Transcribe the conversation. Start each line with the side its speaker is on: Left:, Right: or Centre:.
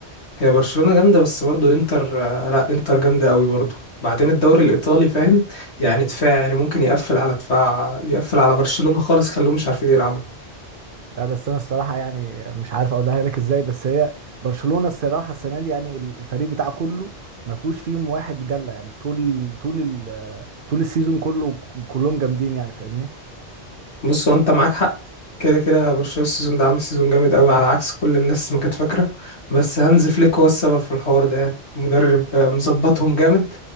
Left: هي برشلونه جامده بس برضو انتر آه، لا انتر جامده قوي برضو بعدين الدوري الايطالي فاهم يعني دفاع يعني ممكن يقفل على دفاع يقفل على برشلونه خالص خلوهم مش عارفين يلعبوا
Right: لا بس انا الصراحه يعني مش عارف اقولها لك ازاي بس هي برشلونة الصراحه السنه دي يعني الفريق بتاعه كله ما فيهوش فيهم واحد جله يعني طول طول ال- طول السيزون كله كلهم جامدين يعني فاهمني
Left: بص هو انت معاك حق كده كده برشلونة السيزون ده عامل سيزون جامد قوي على عكس كل الناس ما كانت فاكرة بس هانز فليك هو السبب في الحوار ده يعني مدرب آه، مظبطهم جامد